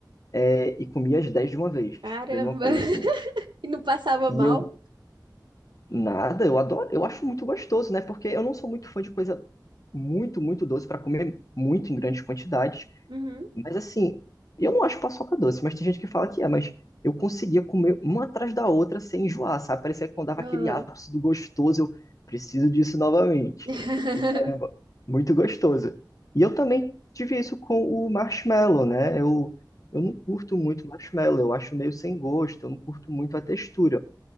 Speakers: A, on the left; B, on the right.
A: é, e comia as 10 de uma vez,
B: Caramba!
A: vendo uma coisa
B: <laughs>
A: assim.
B: E não passava mal?
A: E eu Nada, eu adoro, eu acho muito gostoso, né? Porque eu não sou muito fã de coisa muito, muito doce para comer muito em grandes quantidades.
B: Uhum.
A: Mas assim, eu não acho paçoca doce, mas tem gente que fala que é, mas eu conseguia comer uma atrás da outra sem enjoar, sabe? Parecia que quando dava
B: Ah.
A: aquele ápice do gostoso, eu preciso disso novamente.
B: <laughs>
A: E caramba, muito gostoso. E eu também tive isso com o marshmallow, né? Eu, eu não curto muito marshmallow, eu acho meio sem gosto, eu não curto muito a textura.